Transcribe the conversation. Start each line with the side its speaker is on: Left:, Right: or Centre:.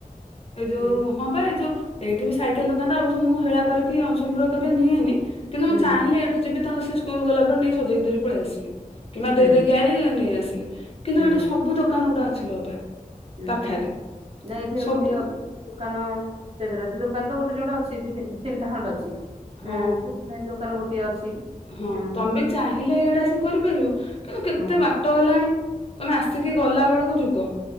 Left: ଏ ଯୋଉ
Right: ହୁଁ
Left: ହଁ ବା ଏଇ ଯଉ ଏଇଠି ବି ସାଇକେଲ ଦୋକାନ ଟା ଅବଶ୍ୟ ମୁଁ ହେଳା କରିକି ଅନସୁନ ର କେବେ ନିଏନି କିନ୍ତୁ
Right: ହୁଁ
Left: ମୁଁ ଚାହିଁଲେ ଏଇଠୁ ଯିବି ତାଙ୍କ ସେ ସ୍କୁଲ ଗଲା ପରେ ନେଇ ସଜେଇ ଧରି ପଳେଇ ଆସିବି। କିମ୍ବା
Right: ହୁଁ
Left: ଦେଇେ ଦେଇକି ଆଇଲି ନେଇଆସିଲି କିନ୍ତୁ
Right: ହୁଁ
Left: ଏଇଠୁ ସବୁ ଦୋକାନ ଗୁଡା ଅଛିଲୋ ଅପା।
Right: ହୁଁ
Left: ପାଖରେ
Right: ହୁଁ ନା ଏଇଥିରେ
Left: ସବୁ
Right: ଗୋଟେ ଅଛି।
Left: ଦୋ
Right: ଦୋକାନ ତେଜରାତି ଦୋକାନ ତ ଗୋଟେ ଯୋଡେ ଅଛି ଦି ତିନିଟା ଖଣ୍ଡେ ଅଛି।
Left: ହଁ
Right: ନାଇ ଦୋକାନ ଗୋଟିଏ ଅଛି।
Left: ହଁ
Right: ଏଁ
Left: ତମେ ବି ଚାହିଁଲେ ଇଆଡେ ଆସିକି କରିପାରିବ କିନ୍ତୁ କେତେ
Right: ହଁ
Left: ବାଟ ହେଲାଣି ତମେ ଆସିକି ଗଲା ବେଳକୁ ଯୁଗ।